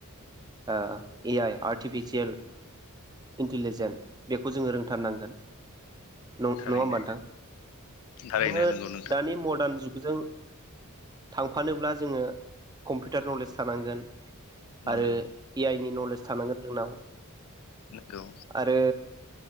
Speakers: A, on the right; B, on the left.
A: ओ ए-आइ आर्टिफिसियेल। इन्टिलिजेन। बेखौ जोङो रोंथारनांगोन नङा
B: थारैनो
A: होमबा नोंथां
B: थारैनो
A: जोङो
B: नोंगौ नोंथां
A: दानि मदार्न जुग। जों थांफानोब्ला जोङो कम्पिउटार नलेज थानांगोन।
B: नोंगौ
A: आरो ए-आइ नि नलेज। थानांगोन जोंनाव।
B: नोंगौ
A: आरो।